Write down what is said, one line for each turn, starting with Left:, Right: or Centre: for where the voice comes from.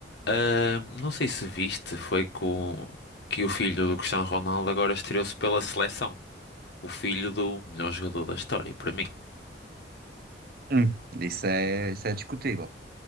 Left: Ah, não sei se viste, foi com que o filho do Cristiano Ronaldo agora estreou-se pela seleção. O filho do melhor jogador da história, para mim.
Right: Hum, Isso é, isso é discutível.